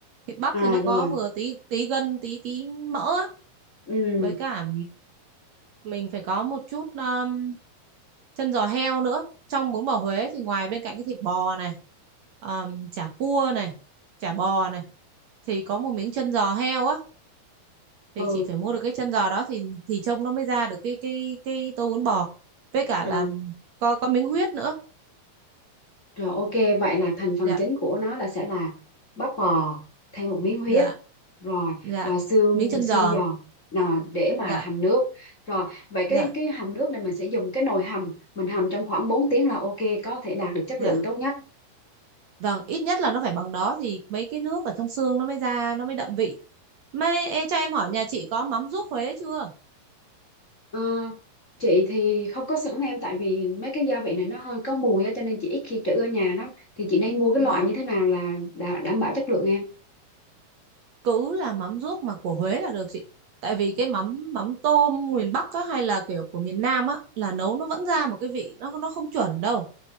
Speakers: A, on the right; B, on the left.
A: Thịt bắp
B: à
A: thì nó có
B: rồi.
A: vừa tí tí gân tí tí mỡ á
B: Ừ,
A: với cả mình phải có một chút um, chân giò heo nữa trong bún bò Huế thì ngoài bên cạnh cái thịt bò này um, chả cua này chả bò này thì có một miếng chân giò heo á
B: ừ,
A: thì chị phải mua được cái chân giò đó thì thì trông nó mới ra được cái cái cái tô bún bò với cả
B: rồi,
A: là có có miếng huyết nữa
B: rồi ok, vậy là thành phần
A: dạ
B: chính của nó là sẽ là bắp bò thêm một miếng huyết.
A: dạ
B: Rồi,
A: dạ
B: và xương
A: miếng chân
B: xương
A: giò
B: giòn nào để mà
A: dạ
B: hầm nước. Rồi, vậy
A: dạ
B: cái cái hầm nước này mình sẽ dùng cái nồi hầm, mình hầm trong khoảng 4 tiếng là ok, có thể đạt được chất
A: dạ
B: lượng tốt nhất.
A: Vâng, ít nhất là nó phải bằng đó thì mấy cái nước ở trong xương nó mới ra, nó mới đậm vị. Mê, ê, cho em hỏi nhà chị có mắm ruốc Huế chưa?
B: Ờ, chị thì không có sẵn em tại vì mấy cái gia vị này nó hơi có mùi á cho nên chị ít khi trữ ở nhà lắm thì chị nên mua cái
A: Vâng,
B: loại như thế nào là đã đảm bảo chất lượng em
A: cứ là mắm ruốc mà của Huế là được chị. Tại vì cái mắm mắm tôm miền Bắc á, hay là kiểu của miền Nam á là nấu nó vẫn ra một cái vị nó nó không chuẩn đâu.